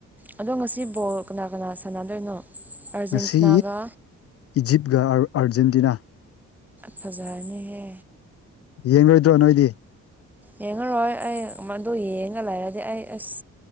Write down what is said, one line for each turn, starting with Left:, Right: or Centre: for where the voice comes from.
Centre: ꯑꯗꯣ ꯉꯁꯤ ꯕꯣꯜ ꯀꯅꯥ ꯀꯅꯥ ꯁꯥꯟꯅꯗꯣꯏꯅꯣ ꯑꯥꯔꯖꯦꯟꯇꯤꯅꯥꯒ
Left: ꯉꯁꯤ ꯏꯖꯤꯞꯒ ꯑꯥꯔꯖꯦꯟꯇꯤꯅꯥ
Centre: ꯐꯖꯥꯔꯅꯤꯍꯦ
Left: ꯌꯦꯡꯔꯣꯏꯗ꯭ꯔꯣ ꯅꯣꯏꯗꯤ
Centre: ꯌꯦꯡꯉꯔꯣꯏ ꯑꯩ ꯑꯗꯨ ꯌꯦꯡꯉ ꯂꯩꯔꯗꯤ ꯑꯩ ꯑꯁ